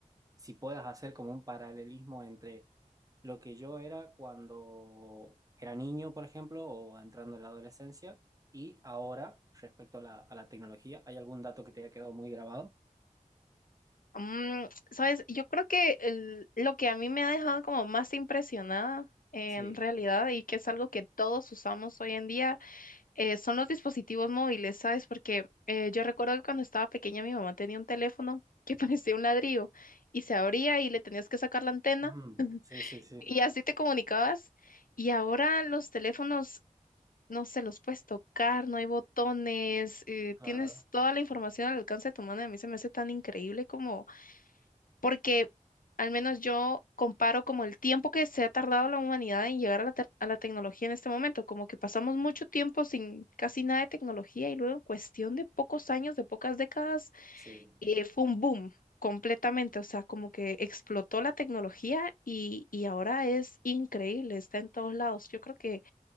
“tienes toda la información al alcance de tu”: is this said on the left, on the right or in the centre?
Left